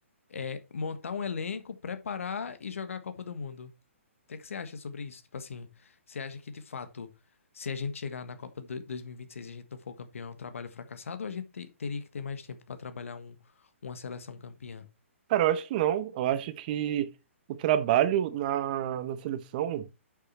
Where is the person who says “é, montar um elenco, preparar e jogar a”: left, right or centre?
Left